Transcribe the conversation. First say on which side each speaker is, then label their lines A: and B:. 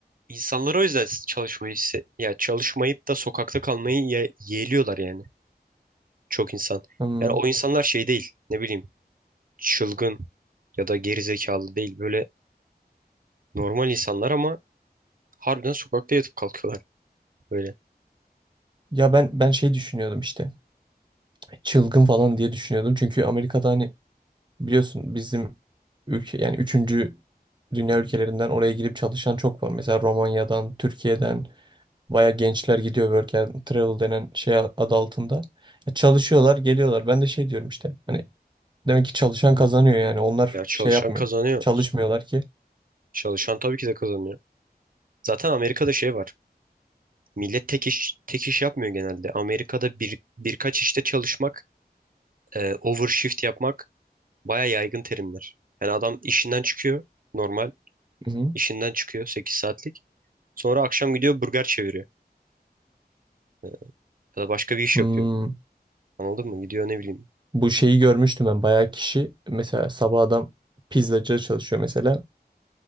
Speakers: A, on the right; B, on the right.
A: insanlar o yüzden çalışmayı se- ya çalışmayıp da sokakta kalmayı ye yeğliyorlar yani çok insan.
B: Hmm.
A: Yani o insanlar şey değil ne bileyim çılgın ya da gerizekalı değil böyle normal insanlar ama harbiden sokakta yatıp kalkıyorlar böyle.
B: Ya ben ben şey düşünüyordum işte. Çılgın falan diye düşünüyordum. Çünkü Amerika'da hani biliyorsun bizim ülke yani üçüncü dünya ülkelerinden oraya girip çalışan çok var. Mesela Romanya'dan, Türkiye'den Baya gençler gidiyor work and travel denen şey adı altında. E, çalışıyorlar, geliyorlar. Ben de şey diyorum işte. Hani demek ki çalışan kazanıyor yani. Onlar
A: Ya çalışan
B: şey yapmıyor.
A: kazanıyor.
B: Çalışmıyorlar ki.
A: Çalışan tabii ki de kazanıyor. Zaten Amerika'da şey var. Millet tek iş tek iş yapmıyor genelde. Amerika'da bir birkaç işte çalışmak, e, overshift yapmak baya yaygın terimler. Yani adam işinden çıkıyor normal
B: Hı hı.
A: İşinden çıkıyor 8 saatlik. Sonra akşam gidiyor burger çeviriyor. Ee, Ya da başka bir iş
B: Hmm,
A: yapıyor. Anladın mı? Gidiyor ne bileyim
B: bu şeyi görmüştüm ben. Bayağı kişi mesela sabah adam pizzacıda çalışıyor mesela.